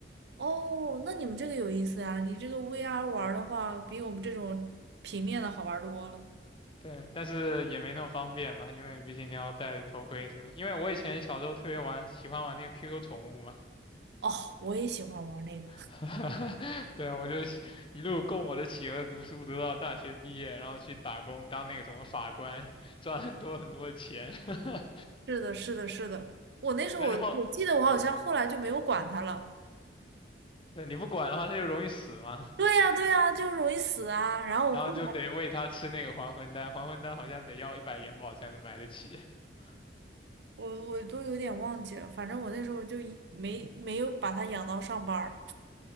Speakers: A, on the right; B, on the left.
A: 哦，那你们这个有意思啊！你这个 VR 玩儿的话，比我们这种平面的好玩儿多了。
B: <laughs> 对，但是也没那么方便吧，因为毕竟你要戴头盔什么的。因为我以前小时候特别玩，喜欢玩那个 QQ 宠物嘛。
A: 哦，我也喜欢玩儿那个。
B: <laughs> 对，我就喜一路供我的企鹅读书，读到大学毕业，然后去打工当那个什么法官，赚很多很多的钱。<laughs>
A: 是的，是的，是的。我那时候我我记得我好像后来就没有管它了。
B: 但是后，嗯，对，你不管的话，它就容易死嘛，<laughs>
A: 对呀，对呀，就容易死啊。然后我后
B: 然后就得喂它吃那个还魂丹，还魂丹好像得要一百元宝才能买得起，<laughs>
A: 我我都有点忘记了，反正我那时候就一没没有把它养到上班儿，